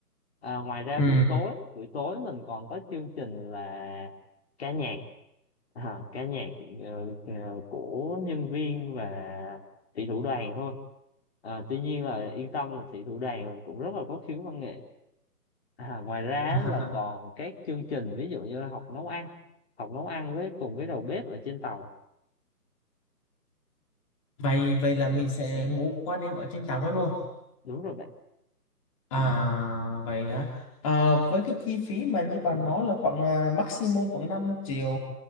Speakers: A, on the left (about 40°); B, on the left (about 20°).
A: à, ngoài ra
B: ừ
A: buổi tối buổi tối mình còn có chương trình là ca nhạc à, ca nhạc ờ, ờ, của nhân viên và thị thủ đoàn thôi à, tuy nhiên là yên tâm là thị thủ đoàn mình cũng rất là có khiếu văn nghệ À, ngoài ra
B: <laughs>
A: á,
B: à,
A: là còn các chương trình ví dụ như là học nấu ăn học nấu ăn với cùng cái đầu bếp ở trên tàu
B: vậy vậy là mình sẽ ngủ qua đêm ở trên tàu đó luôn
A: đúng rồi bạn
B: À vậy hả? À, với cái chi phí mà như bạn nói là khoảng à, maximum khoảng năm triệu